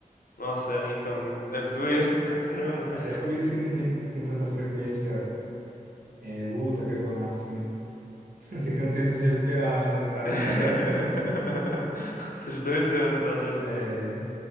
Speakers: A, on the left; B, on the right.
A: Nossa, é, então, deve doer <laughs> pra caramba,
B: Até
A: né?
B: por isso que não tem com tanta frequência é, luta, campeonato, assim, né? <laughs> Tem que ter um tempo pra se recuperar, acho, né? O cara
A: <laughs>
B: se quebra tanto, cara.
A: Precisa de dois anos pra lutar de
B: É,
A: novo.